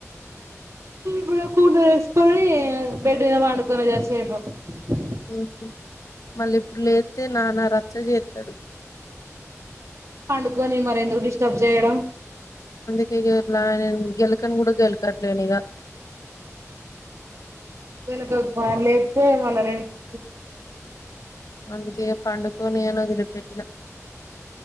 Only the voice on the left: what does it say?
ఉ మళ్ళీ ఇప్పుడు లేస్తే నాన రచ్చ చేస్తాడు
ఇక పలా గెలకని కూడా గెలకట్లేని ఇక
అందుకే పండుగనియను వదిలి పెట్టిన